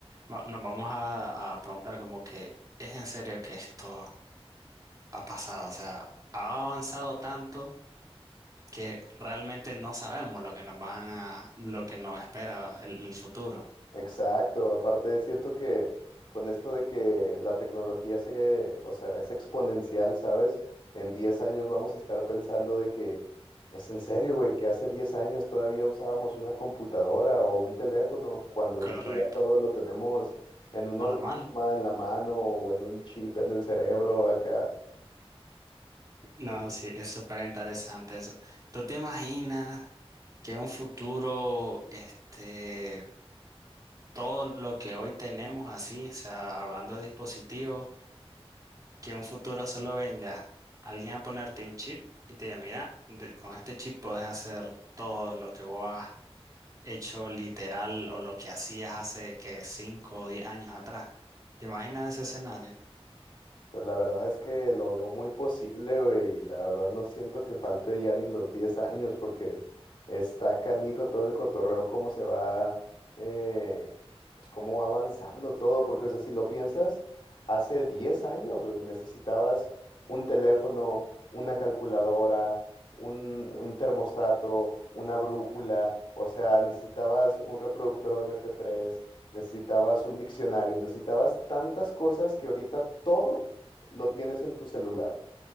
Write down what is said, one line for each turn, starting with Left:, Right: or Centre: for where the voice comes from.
Right: va- nos vamos a, a preguntar como que es en serio que esto ha pasado. O sea, ha avanzado tanto que realmente no sabemos lo que nos van a, lo que nos espera el, el futuro.
Left: Exacto, aparte siento que con esto de que la tecnología se, o sea, es exponencial, ¿sabes? En 10 años vamos a estar pensando de que es en serio, güey, que hace 10 años todavía usábamos una computadora o un teléfono, cuando ahorita
Right: Correcto.
Left: ya todo lo tenemos en un
Right: A
Left: holograma
Right: la mano.
Left: en la mano o en un chip en el cerebro acá.
Right: No, sí, es súper interesante eso. ¿Tú te imaginas que en un futuro, este, todo lo que hoy tenemos así, o sea, hablando de dispositivos, que en un futuro solo venga alguien a ponerte un chip y te diga, mira, de- con este chip puedes hacer todo lo que vos has hecho literal o lo que hacías hace que 5 o 10 años atrás? ¿Te imaginas ese escenario?
Left: Pues la verdad es que lo veo muy posible, güey, y la verdad no siento que falte ya ni los 10 años porque está canijo todo el cotorreo, cómo se va, eh, pues cómo va avanzando todo, porque o sea, si lo piensas, hace 10 años, güey, necesitabas un teléfono, una calculadora, un, un termostato, una brújula, o sea, necesitabas un reproductor de mp tres, necesitabas un diccionario, necesitabas tantas cosas que ahorita todo lo tienes en tu celular.